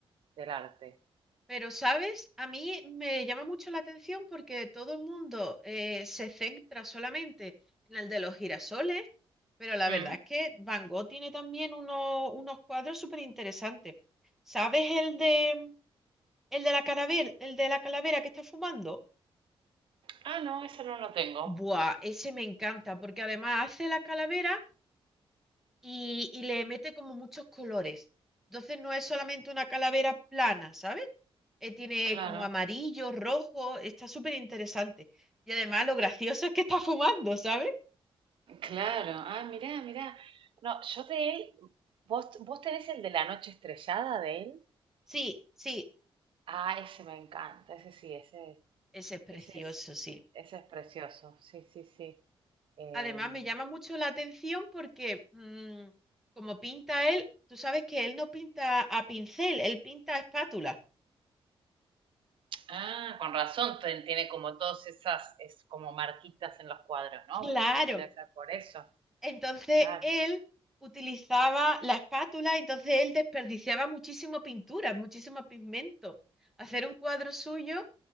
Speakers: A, on the right; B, in the centre.
A: del arte.
B: Pero, ¿sabes? A mí me llama mucho la atención porque todo el mundo eh, se centra solamente en el de los girasoles, pero la
A: Hmm.
B: verdad es que Van Gogh tiene también uno- unos cuadros súper interesantes. ¿Sabes el de, el de la calavera, el de la calavera que está fumando?
A: Ah, no, eso no lo tengo.
B: Buah, ese me encanta porque además hace la calavera y, y le mete como muchos colores. Entonces no es solamente una calavera plana, ¿sabes? Eh, tiene
A: Claro,
B: como amarillo, rojo, está súper interesante. Y además lo gracioso es que está fumando, ¿sabes?
A: claro. Ah, mirá, mirá. No, yo de él, ¿vos, vos tenés el de la noche estrellada de él?
B: Sí, sí,
A: Ah, ese me encanta, ese sí, ese,
B: ese es precioso,
A: ese es,
B: sí.
A: ese es precioso, sí, sí, sí. Em,
B: Además me llama mucho la atención porque mm, como pinta él, tú sabes que él no pinta a pincel, él pinta a espátula.
A: ah, con razón, ten- tiene como todas esas, es como marquitas en los cuadros, ¿no?
B: Claro.
A: Por- debe ser por eso,
B: Entonces
A: claro.
B: él utilizaba la espátula, entonces él desperdiciaba muchísimo pintura, muchísimo pigmento. Hacer un cuadro suyo